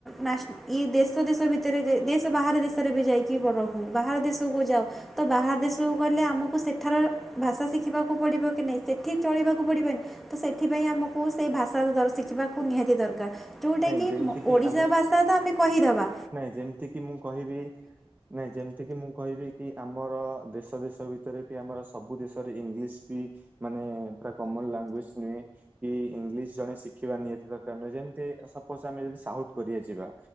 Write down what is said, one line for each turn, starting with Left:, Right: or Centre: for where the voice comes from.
Centre: ନା ଇଏ ଦେଶ ଦେଶ ଭିତରେ ଦେଶ ବାହାର ଦେଶରେ ବି ଯାଇକି ରହୁ ବାହାର ଦେଶକୁ ଯାଉ। ତ ବାହାର ଦେଶକୁ ଗଲେ ଆମକୁ ସେଠାର ଭାଷା ଶିଖିବାକୁ ପଡ଼ିବ କି ନାହିଁ ସେଠି ଚଳିବାକୁ <unintelligible> ତ ସେଥିପାଇଁ ଆମକୁ ସେଇ ଭାଷା ଶିଖିବାକୁ ନିହାତି ଦରକାର ଯେଉଁଟାକି
Right: ନାଇଁ ଯେମିତି କିି
Centre: ଓଡ଼ିଶା
Right: ଆମେ
Centre: ଭାଷା ତା ତ ଆମେ କହିଦବା।
Right: ନାଇଁ ଯେମିତି କିି ମୁଁ କହିବି ନାଇଁ ଯେମିତି କିି ମୁଁ କହିବି କି ଆମର ଦେଶ ଦେଶ ଭିତରେ ବି ଆମର ସବୁ ଦେଶରେ ଇଂଲିଶ ବି ମାନେ ପୁରା କମନ ଲାଙ୍ଗୁଏଜ ନୁହେଁ। କି ଇଂଲିଶ ଜଣେ ଶିଖିବା ନିହାତି ଦରକାର ଯେମିତି ସପୋଜ ଆମେ ଯଦି ସାଉଥ କୋରିଆ ଯିବା।